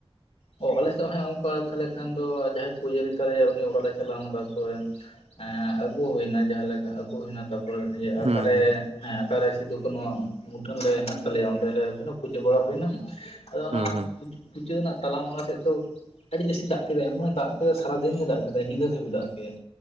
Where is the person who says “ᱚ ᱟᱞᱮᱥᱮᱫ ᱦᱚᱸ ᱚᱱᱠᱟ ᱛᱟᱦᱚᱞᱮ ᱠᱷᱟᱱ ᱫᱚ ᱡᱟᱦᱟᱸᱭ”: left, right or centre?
Left